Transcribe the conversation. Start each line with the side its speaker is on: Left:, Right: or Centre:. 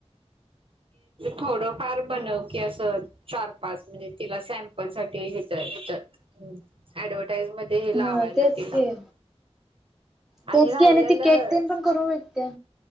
Right: थोडं फार बनव की असं चार पाच म्हणजे तिला सॅम्पल साठीेत येतय हम्म ऍडव्हटाईज मध्ये हे
Centre: ह
Right: लावायला
Centre: तेच
Right: तिला
Centre: की तेच
Right: आणि राहिलेलं
Centre: की ती केक तेन पण करून विकत्या.